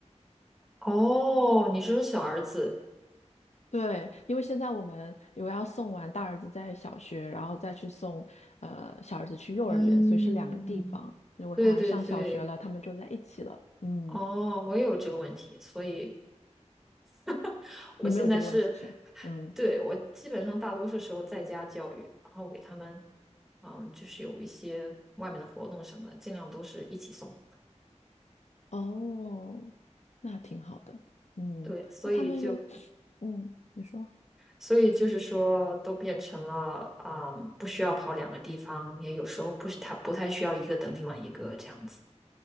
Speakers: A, in the centre; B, on the left.
A: 哦，你是说小儿子？
B: 对，因为现在我们有要送完大儿子在小学，然后再去送呃小儿子去幼儿园，
A: 嗯，
B: 所以是两个地方。如果他上小学了，
A: 对对对，
B: 他们就在一起了。嗯，
A: 哦，我也有这个问题，所以 <laughs> 我现在是，
B: 你没有这个问题是吧嗯，
A: 对，我基本上大多数时候在家教育，然后给他们，嗯，就是有一些外面的活动什么的，尽量都是一起送。
B: 哦，那挺好的。嗯，
A: 对，所以就，
B: 那他们有，<sucks teeth> 嗯，你说。
A: 所以就是说，都变成了，嗯，不需要跑两个地方，也有时候不是他不太需要一个等另外一个这样子。